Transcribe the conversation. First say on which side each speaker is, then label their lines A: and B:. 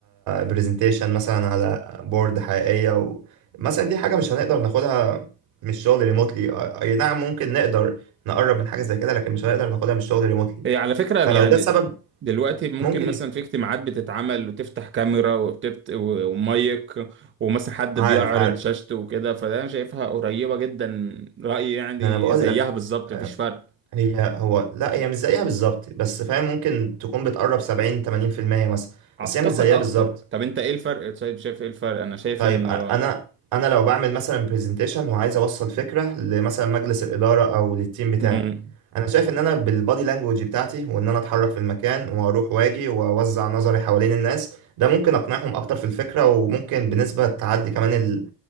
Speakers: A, on the right; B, on the right.
A: برزنتيشن مثلا على بورد حقيقية و... مثلا دي حاجة مش هنقدر ناخدها من الشغل ريموتلي اي نعم ممكن نقدر نقرب من حاجة زي كده لكن مش هنقدر ناخدها من الشغل ريموتلي
B: هي على فكرة
A: فلو
B: يعني
A: ده السبب
B: دلوقتي ممكن
A: ممكن
B: مثلا
A: يبقى
B: في اجتماعات بتتعمل وتفتح كاميرا وبتبت و- ومايك ومثلا حد
A: عارف
B: بيعرض
A: عارف
B: شاشته وكده فده انا شايفها قريبة جدا رأيي يعني
A: ما انا بقول
B: زيها
A: لك
B: بالظبط
A: آه،
B: مفيش فرق
A: هي هو لا هي مش زيها بالظبط بس فاهم ممكن تكون بتقرب 70 80% مثلا
B: اعتقد
A: بس هي مش زيها
B: اكتر
A: بالظبط
B: طب انت ايه الفرق طيب شايف ايه الفرق انا شايف
A: طيب
B: انه
A: أ- انا انا لو بعمل مثلا برزنتيشن وعايز اوصل فكره لمثلا مجلس الاداره او للتيم بتاعي
B: مم.
A: انا شايف ان انا بالبادي لانجوج بتاعتي وان انا اتحرك في المكان واروح واجي واوزع نظري حوالين الناس ده ممكن اقنعهم اكتر في الفكره وممكن بنسبه تعدي كمان ال